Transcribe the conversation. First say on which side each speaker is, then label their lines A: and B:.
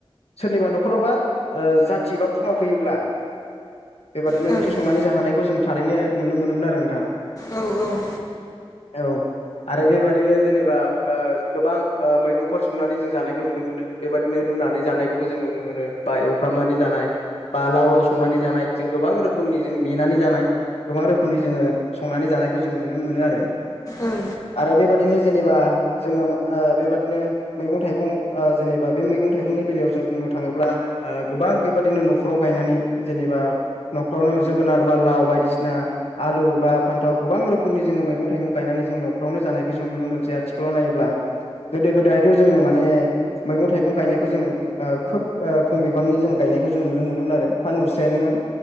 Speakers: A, on the left; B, on the left.
A: सोरनिबा न'खरावबा ओ जाथि बा खुरमा फैयोब्ला बेबादिनो
B: औ
A: ओंख्रि संनानै जाहोनायखौ जों थारैनो नुनो मोनोमोन आरो नोंथां।
B: औ ओं
A: औ आरो बेबादिनो जेनेबा ओ गोबां ओ मैगंफोर संनानै जों जानायखौ नुनो मोनो बेबायदिनो रुनानै जानायखौबो जों नुनो मोनो बा एवफ्रामनानै जानाय बा लाव लाव संनानै जानाय जों गोबां रोखोमनि जों मेनानै जानाय गोबां रोखोमनि जोङो संनानै जानायखौ जों नुनो मोनो आरो।
B: ओं
A: आरो बेबादिनो जेनेबा जोङो ओ बेबादिनो मैगं थाइगं ओ जेनेबा बे मैगं थाइगंनि बेलायाव जों बुंनो थाङोब्ला। ओ गोबां बेबादिनो न'खराव गायनानै जेनेबा न'खरावनो जोगोनार बा लाव बायदिसिना आलु बा फान्थाव गोबां रोखोमनि जोङो मैगं थाइगं गायनानै जों न'खरावनो जानायखौ जों नुनो मोनसै आथिखालाव नायोब्ला। गोदो गोदाय थ जों माने मैगं थाइगं गायनायखौ जों। ओ खोब ओ खम बिबांनि जों गायनायखौ जों नुनो मोनोमोन आरो बा नुस्रायानोमोन।